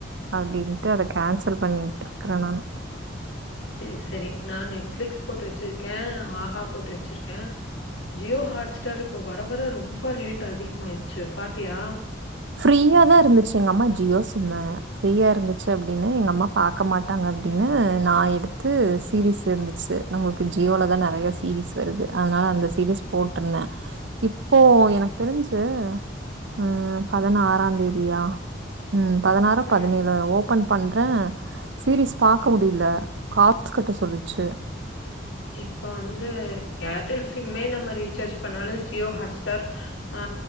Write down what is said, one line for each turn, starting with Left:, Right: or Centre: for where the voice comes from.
Right: அப்படின்னுட்டு அத கேன்சல் பண்ணிட்டு இருக்கறேன் நானு
Left: சேரி சேரி நான் நெட்பிளிக்ஸ் போட்டு வச்சிருக்கேன் ஆஹா போட்டு வச்சிருக்கேன் ஜியோ ஹாட் ஸ்டார் இப்ப வர வர ரொம்ப ரேட் அதிகமாயிடுச்சு பாத்தியா
Right: ஃப்ரீயா தான் இருந்துச்சு எங்க அம்மா ஜியோ சிம்மு ஃப்ரீயா இருந்துச்சு அப்படின்னு எங்க அம்மா பார்க்க மாட்டாங்க அப்படின்னு நான் எடுத்து சீரிஸ் இருந்துச்சு நம்மளுக்கு ஜியோல தான் நிறைய சீரிஸ் வருது அதனால அந்த சீரிஸ் போட்ருந்தேன் இப்போ எனக்கு தெரிஞ்சு ம் பதினாறாம் தேதியா ம் பதினாறு
Left: ம்.
Right: பதினேழு ஓபன் பண்றன் சீரிஸ் பாக்க முடியல காசு கட்டு சொல்லிச்சு
Left: இப்ப வந்து ஏர்டெல் சிம்மே நம்ம ரீசார்ஜ் பண்ணாலும் ஜியோ ஹாட் ஸ்டார் ஆ